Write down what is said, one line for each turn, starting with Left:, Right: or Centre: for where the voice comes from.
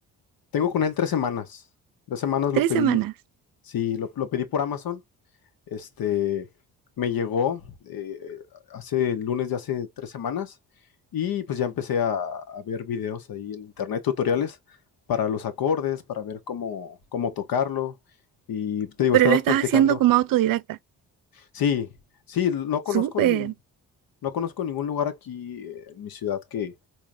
Left: Tengo con él tres semanas. Tres semanas lo
Right: Tres
Left: pedí,
Right: semanas.
Left: sí, lo, lo pedí por Amazon. Este, me llegó eh, hace el lunes de hace tres semanas y pues ya empecé a, a ver videos ahí en internet, tutoriales para los acordes, para ver cómo, cómo tocarlo. Y te digo,
Right: Pero
Left: he estado
Right: lo estás
Left: practicando.
Right: haciendo como autodidacta.
Left: Sí, sí, no conozco,
Right: Súper,
Left: n- no conozco ningún lugar aquí eh, en mi ciudad que,